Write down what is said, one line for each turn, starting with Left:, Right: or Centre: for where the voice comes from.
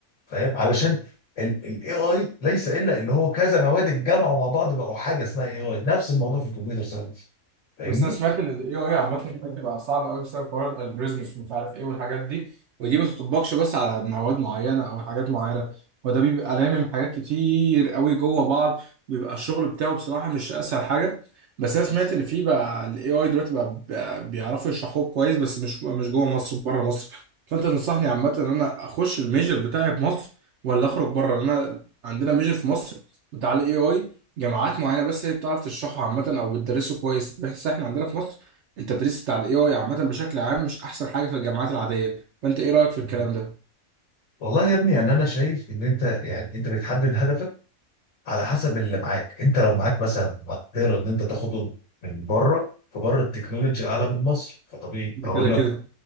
Left: فاهم علشان الاي اي ليس الا ان هو كذا مواد اتجمعوا مع بعض بقوا حاجه اسمها اي اي نفس الموضوع في الكمبيوتر ساينس فاهمني
Right: بس انا سمعت ان الاي اي عامه بتبقى صعبه قوي بسبب حوار الالجوريزمز ومش عارف ايه والحاجات دي ودي ما بتطبقش بس على مواد معينه او حاجات معينه وده بيبقى لامم حاجات كتير قوي جوه بعض بيبقى الشغل بتاعه بصراحه مش اسهل حاجه بس انا سمعت
Left: بالظبط
Right: ان في بقى الاي اي دلوقتي بقى بقى بيعرفوا يشرحوه كويس بس مش مش جوه مصر بره مصر فانت تنصحني عامه ان انا اخش الميجر بتاعي في مصر ولا اخرج بره انا عندنا ميجر في مصر بتاع الاي اي جامعات معينه بس هي بتعرف تشرحه عامه او بتدرسه كويس بس احنا عندنا في مصر التدريس بتاع الاي اي عامه بشكل عام مش احسن حاجه في الجامعات العاديه فانت ايه رايك في
Left: مم.
Right: الكلام ده
Left: والله يا ابني يعني انا شايف ان انت يعني انت بتحدد هدفك على حسب اللي معاك انت لو معاك مثلا مقدره ان انت تاخده من بره فبره التكنولوجي اعلى من مصر فطبيعي
Right: ده
Left: اقول
Right: كده
Left: لك
Right: كده